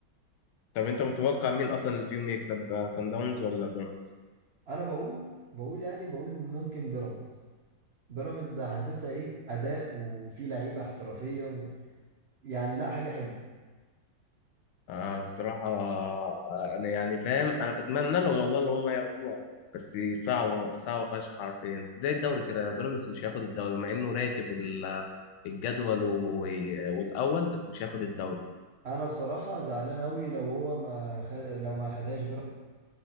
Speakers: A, on the left; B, on the right.
A: طب انت متوقع مين اصلا اللي فيهم يكسب آه، سان داونز ولا بيراميدز
B: انا بقول بقول يعني بقول ممكن بيراميدز بيراميدز حاسسها ايه اداء وفي لعيبه احترافيه و... يعني لا حاجه حلوه
A: آه بصراحه آه انا يعني فاهم انا بتمنى لهم والله اللي هم ياخدوها بس صعبه صعبه فشخ حرفيا زي الدوري كده بيراميدز مش هياخد الدوري مع انه راكب ال- الجدول و- والاول بس مش هياخد الدوري
B: انا بصراحه زعلان قوي لو هو ما خ... لو ما خدهاش بيراميدز